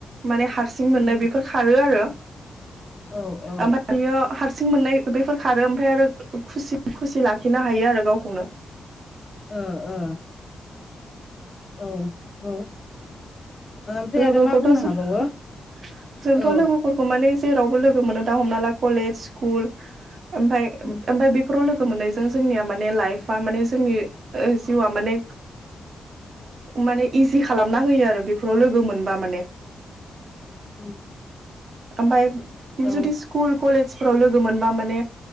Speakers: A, on the right (about 50°); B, on the left (about 30°).
A: माने हारसि हारसिं मोननो
B: उम
A: बेफोर खारो आरो
B: औ औ
A: ओमफ्राय बियो हारसिं हारसिं मोननाय बेफोर खारो ओमफ्राय आरो खुसि लाखिनो हायो आरो गावखौनो
B: ओ ओ औ औ ओमफ्राय
A: लोगोखौथ'
B: आरो मा बुंनो हाबावो
A: जोंथ'
B: औ
A: लोगोफोरखौ माने जेरावबो लोगो मोनो दा हमना ला कलेज स्कुल ओमफाय
B: उम
A: ओमफाय बेफोराव लोगो लोगो मोननायजों जोंनिया माने लाइफआ माने जोंनि जिउआ माने माने इजि खालामना होयो आरो बेफोराव लोगो मोनबा माने
B: उम
A: ओमफाय
B: औ
A: जुदि स्कुल कलेज फोराव लोगो मोनबा माने